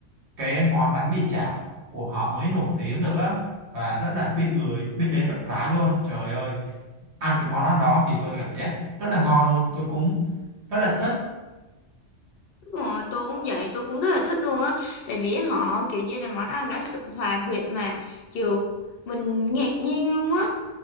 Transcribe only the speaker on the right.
cái món bánh mì chảo của họ mới nổi tiếng được á và rất là biết người biết đến rộng rãi luôn trời ơi ăn cái món ăn đó thì tôi cảm giác rất là ngon luôn tôi cũng rất là thích